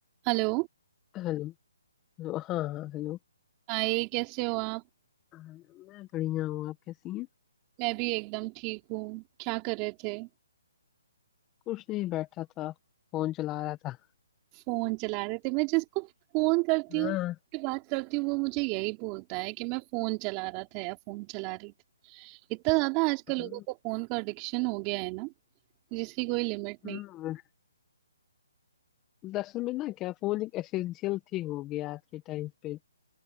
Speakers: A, on the right; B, on the left.
A: Hello
B: Hello Hello हाँ हाँ hello
A: Hi कैसे हो आप
B: हाँ, मैं बढ़िया हूँ आप कैसी हैं
A: मैं भी एकदम ठीक हूँ क्या कर रहे थे
B: कुछ नहीं बैठा था फोन चला रहा था
A: फोन चला रहे थे मैं जिसको फोन करती
B: हाँ
A: हूँ की बात करती हूँ वो मुझे यही बोलता है कि मैं फोन चला रहा था या फोन चला रही थी इतना ज्यादा आजकल
B: हाँ
A: लोगों को फोन का एडिक्शन हो गया है ना जिसकी कोई लिमिट नहीं
B: हाँ दरअसल में ना क्या फोन एक एसेंशियल थिंग हो गया आज के टाइम पे